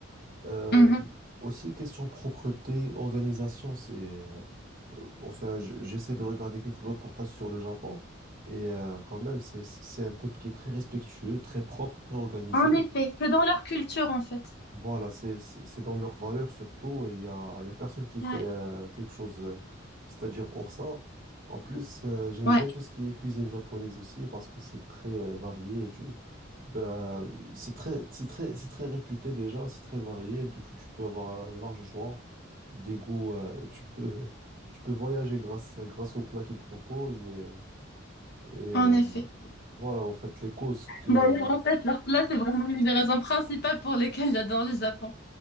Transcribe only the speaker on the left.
Mhm.
En effet, c'est dans leur culture, en fait.
Ouais,
ouais,
en effet.
D'ailleurs, en fait, leur plat, c'est vraiment l'une des raisons principales pour lesquelles j'adore le Japon.